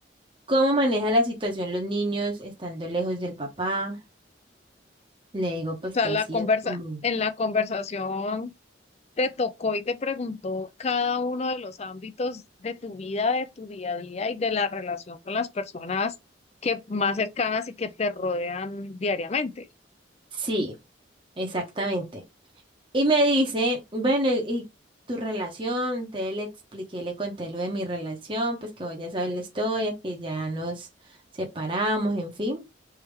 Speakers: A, on the right; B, on the left.
A: cómo maneja la situación los niños estando lejos del papá. Le digo pues
B: O
A: que
B: sea, la
A: ha sido
B: conversa,
A: como...
B: en la conversación te tocó y te preguntó cada uno de los ámbitos de tu vida, de tu día a día y de la relación con las personas que más cercanas y que te rodean diariamente.
A: Sí, exactamente. Y me dice, bueno, ¿y y tu relación? Te le expliqué, le conté lo de mi relación, pues que vos ya sabes la historia, que ya nos separamos, en fin.